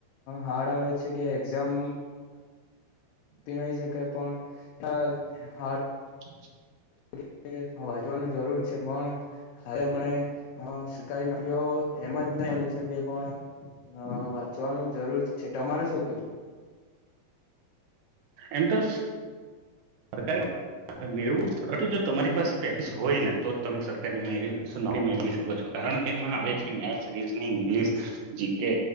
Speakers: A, on the left; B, on the right.
A: હાર્ડ આવે છે કે એક્ઝામ પીણી શકે પણ અ હ
B: <inaudible>
A: એ રીતે વાંચવાનુ જરૂર છે. છે, પણ હવે અમને સરકારી નોકરીઓ એમ જ નહી, મળી શકે પણ હ, વાંચવાનુ જરૂર છે. તમારે શું કેવુ
B: એમ તો સર કઈ હ, મેળવું સર જો તમારી પાસે પેકસ હોય ને તો તમે સરકારી મેળ નૌકરી મેળવી શકો છો. કારણ કે એમાં આવે છે, maths, reasoning English G K